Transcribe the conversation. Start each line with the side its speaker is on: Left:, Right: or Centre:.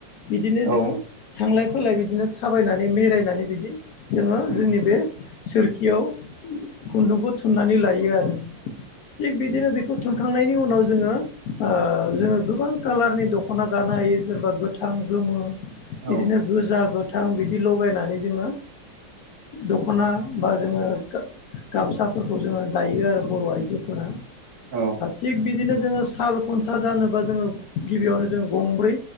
Left: बिदिनो
Right: औ
Left: जोङो थांलाय फैलाय बिदिनो थाबायनानै मेरायनानै बिदि जोङो
Right: उम
Left: जोंनि बे सोरखियाव खुन्दुंखौ थुननानै लायो आरो थिग बिदिनो
Right: उम
Left: थुनखांनायनि उनाव जोङो जोङो गोबां कालारनि दख'ना गानो हायो जेनेबा गोथां गोमो
Right: औ
Left: बिदिनो गोजा गोथां बिदि लगायनानै जोङो दख'ना बा जोङो गामसाफोरखौ जोङो दायो आरो बर' आइजोफोरा
Right: औ
Left: थिग बिदिनो जोङो साल खुन्था जानोबा जोङो गिबियावनो जोङो गंब्रै